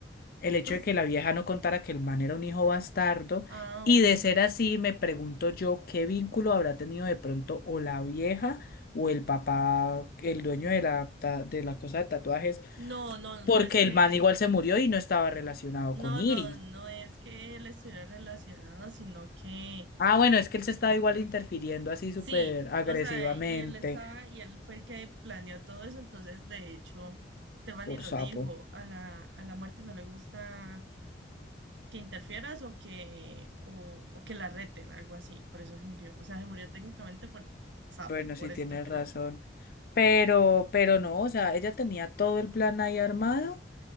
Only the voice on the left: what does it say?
el hecho
de que la vieja no contara que el man era un hijo bastardo,
y
de ser así, me pregunto yo qué vínculo habrá tenido de pronto o la vieja o el papá, el dueño de la, ta- de la cosa de tatuajes
porque
el man igual se murió y no estaba relacionado
con Iris.
Ah, bueno, es que él se estaba igual interfiriendo así súper
agresivamente
por
sapo.
Bueno,
sí
tienes razón. Pero, pero no, o sea, ella tenía todo el plan ahí armado